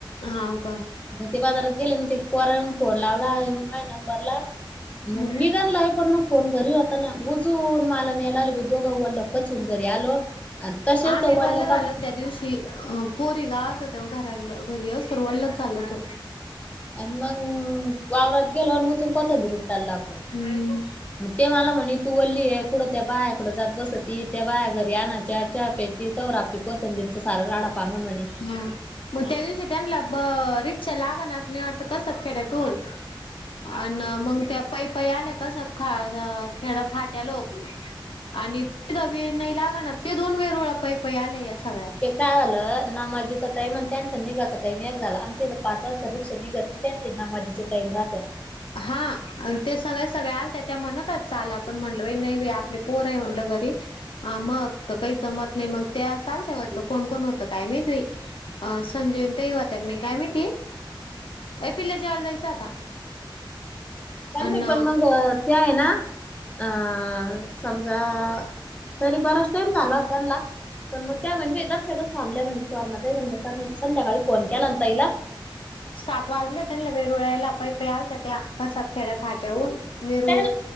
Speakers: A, on the left (about 80°); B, on the left (about 15°).
A: हा का
B: मग ते बाजारात गेले मग ते पोरांन फोन लावला माझ्या नंबरला
A: हम्म
B: मग निघाला आहे पण मग फोन घरी होताना उजून मला नेलाले भ दोघा वला पचवून घरी आलो आणि तसेच
A: आम्ही
B: त्या
A: वल्ल
B: वल्याका
A: झालो त्या दिवशी अ पोरी गावात हो तेव घरा घरी वल्लग झाचाल हो
B: आणि मग वावरात गेलो आणि अजून कोत भरुपटायला लागलो.
A: हम्म.
B: ते मला म्हणे तू ल्ली कुढं त्या बायाकडं जात बसत ती त्या बाया घरी आणच्या चहा प्या शतावर आपली कोथंबीरचचा सारा राडा पांगण म्हणे
A: ह मग त्या दिवशी त्यांला ब रिक्षा लागण असं निवटतं कसं खेड्यातून अ मग त्या पाय पायई आल्या कसं ख खेड फाट्या लोक आणि त दब नाही लागणार ते दोन वे रोळा पै पई आले या सगळ्या
B: ते काय झालं ना माजीचा टाइम आणि त्यांचा निघाचा टाइम एक झाला आमच्या पाच वाजता रिक्षा नि घेत नाही त्यांचे नमाझीचे टाईम राहत.
A: हा ते सगळे सगळ्या त्या त्या म्हणतात चाल आपण म्हणल बा नाही बा आपले पोर आहे म्हटलं घरी ह मग काही जमत नाही मग त्या चालत वाटतं कोण कोण होतं काय मैत्री अ संजीवनंत हा होत्या क नाही काय महिती पिल्ल्या जेवाला जायचं आता
B: कारण
A: अन
B: पण मग त्या आहे ना अ समजा तरी बराच टाईम झाला त्यांना पण मग त्या म्हणे बेदार सगळच थांबल्या म्हणजे स्ववरण म्हण सर संध्याकाळी फोन केला ना ताईला
A: सात वाजले त्यां ल वेर उळायला पाय पाय आलं त्या त्या कसात खेड्या फाट्याऊन वेरूळ
B: त्या